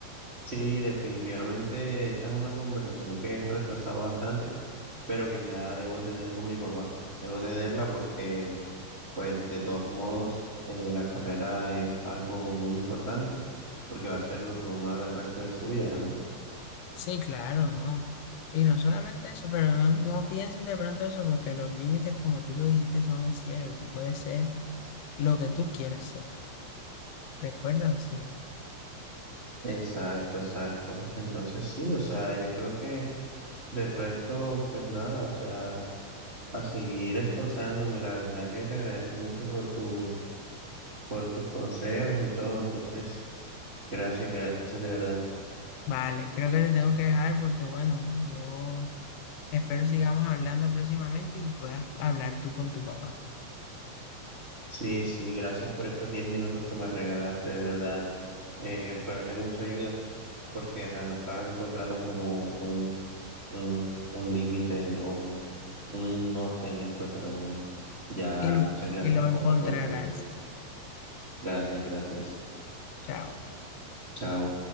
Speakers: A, on the right; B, on the left.
A: Sí, definitivamente esta es una conversación que he retrasado bastante, pero que ya debo tener con mi papá. Debo tenerla porque Pues de todos modos, eh, la carrera es algo muy importante porque va a ser lo que uno haga el resto de su vida, ¿no?
B: Sí, claro, no. Y no solamente eso, pero no, no pienses de pronto eso porque los límites, como tú lo dijiste, son el cielo y tú puedes ser lo que tú quieras ser. Recuérdalo siempre.
A: Exacto, exacto. Entonces sí, o sea, yo creo que del resto, pues nada, o sea, a seguir esforzándome. La verdad que te agradezco mucho por tus, por tus consejos y todo. Entonces, gracias, gracias de verdad.
B: Vale, creo que te tengo que dejar porque, bueno, yo espero sigamos hablando próximamente y puedas hablar tú con tu papá.
A: Sí, sí, gracias por estos 10 minutos que me regalaste, de verdad. Eh, fueron de mucha ayuda. porque ajá, no estaba encontrando como un, un, un límite o un, un norte en esto, pero bueno, ya
B: Y,
A: muchas gracias
B: y lo
A: por,
B: encontrarás.
A: por tu ayuda. Gracias, gracias.
B: Chao.
A: Chao.